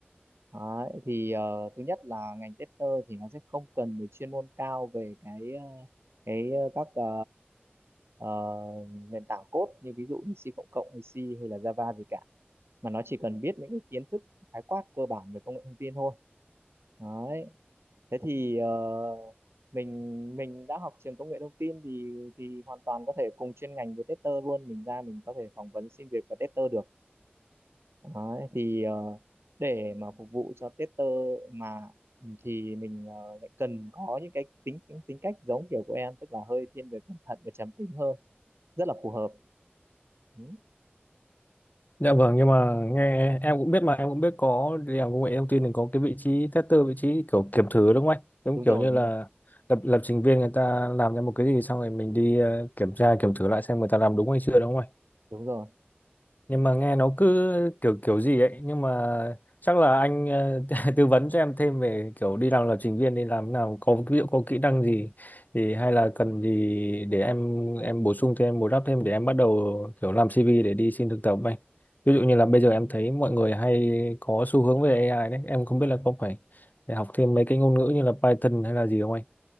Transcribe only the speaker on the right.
Đấy, thì ờ, thứ nhất là ngành tester thì nó sẽ không cần về chuyên môn cao về cái ờ, cái ờ, các ờ, ờ, nền tảng code như ví dụ như C cộng cộng hay C hay là Java gì cả mà nó chỉ cần biết những cái kiến thức khái quát cơ bản về công nghệ thông tin thôi đấy thế thì ờ, mình mình đã học trường công nghệ thông tin thì thì hoàn toàn có thể cùng chuyên ngành với tester luôn mình ra mình có thể phỏng vấn xin việc và tester được Đấy, thì ờ, để mà phục vụ cho tester mà ừ, thì mình ờ, lại cần có những cái tính tính tính cách giống kiểu của em tức là hơi thiên về cẩn thận và trầm tính hơn rất là phù hợp ừ,
đúng
rồi
đúng
rồi
đúng rồi